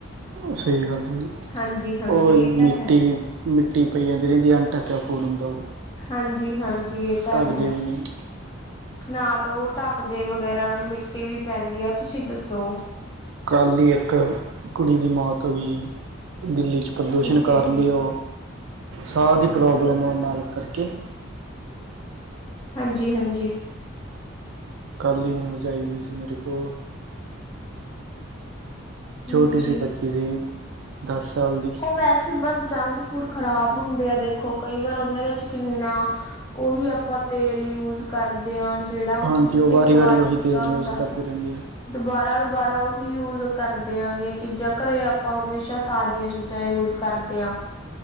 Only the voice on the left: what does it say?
ਹਾਂਜੀ ਹਾਂਜੀ
ਇਹ ਤਾਂ
ਹੈ
ਹਾਂਜੀ ਹਾਂਜੀ ਜੀ ਏ ਤਾ
ਹੈ
ਨਾ ਤਾਂ ਉਹ ਢੱਕਦੇ ਵਗੈਰਾ ਮਿੱਟੀ ਵੀ ਪੈਂਦੀ ਆ ਤੁਸੀਂ ਦੱਸੋ
ਠੀਕ ਹੈ
ਜੀ
ਹਾਂਜੀ ਹਾਂਜੀ
ਹਾਂਜੀ
ਉਹ ਵੈਸੇ ਬਸ ਜੰਕ ਫੂਡ ਖ਼ਰਾਬ ਹੁੰਦੇ ਆ ਦੇਖੋ ਕਈ ਵਾਰ ਓਂਦੇ ਵਿੱਚ ਕਿੰਨਾ ਉਹੀ ਆਪਾਂ ਤੇਲ ਯੂਜ਼ ਕਰਦੇ ਆ ਜਿਹੜਾ ਮਤਲਬ
ਇੱਕ
ਵਾਰ
ਕੀਤਾ
ਹੁੰਦਾ
ਦੁਬਾਰਾ ਦੁਆਰਾ ਉਹੀ ਯੂ ਕਰ ਦੇਆਂਗੇ ਚੀਜ਼ਾਂ ਘਰੇ ਆਪਾਂ ਹਮੇਸ਼ਾ ਤਾਜ਼ੀਆਂ ਚੀਜ਼ਾਂ ਯੂਜ ਕਰਦੇ ਆ